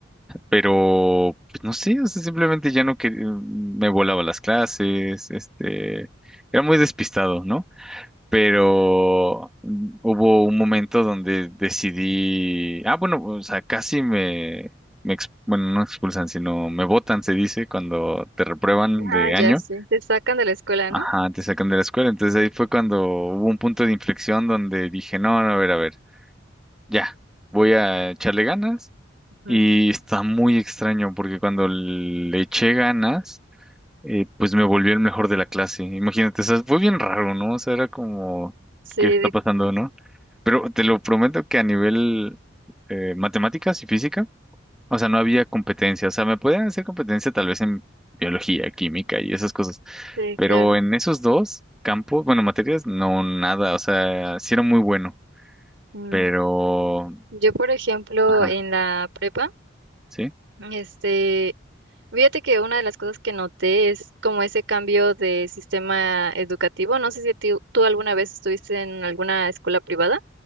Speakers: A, in the centre; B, on the right (about 70°).
A: pero, pues no sé, o sea, simplemente ya no quería, me volaba las clases, este, era muy despistado, ¿no? pero hubo un momento donde decidí, ah, bueno, o sea, casi me, me ex- bueno, no expulsan, sino me botan, se dice, cuando te reprueban de
B: Ah,
A: año.
B: ya sí, te sacan de la escuela,
A: Ajá,
B: ¿no?
A: te sacan de la escuela. Entonces ahí fue cuando hubo un punto de inflexión donde dije, no, no, a ver, a ver, ya, voy a echarle ganas.
B: Ujú.
A: Y está muy extraño porque cuando le eché ganas, eh, pues me volví el mejor de la clase. Imagínate, o sea, fue bien raro, ¿no? O sea, era como,
B: Sí,
A: ¿qué está
B: de-
A: pasando, no? Pero te lo prometo que a nivel eh, matemáticas y física, o sea, no había competencia. O sea, me podían hacer competencia tal vez en biología, química y esas cosas.
B: sí,
A: Pero
B: claro.
A: en esos dos campos, bueno, materias, no nada. O sea, sí era muy bueno,
B: Mm.
A: pero...
B: Yo, por ejemplo,
A: Ajá,
B: en la prepa,
A: ¿sí?
B: este, fíjate que una de las cosas que noté es como ese cambio de sistema educativo. No sé si ti- tú alguna vez estuviste en alguna escuela privada,